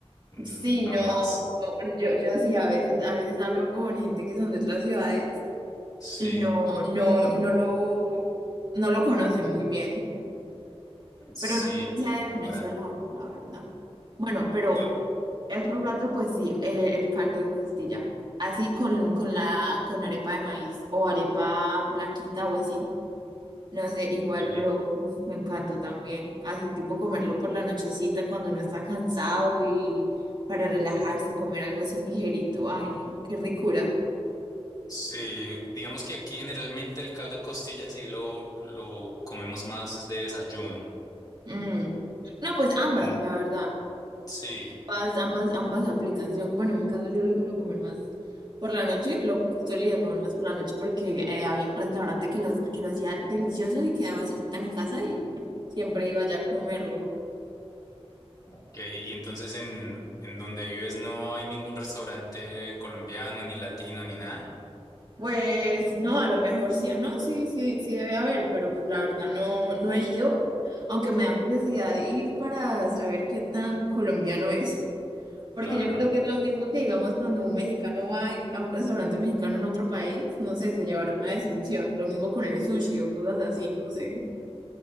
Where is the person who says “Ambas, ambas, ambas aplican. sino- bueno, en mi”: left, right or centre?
Right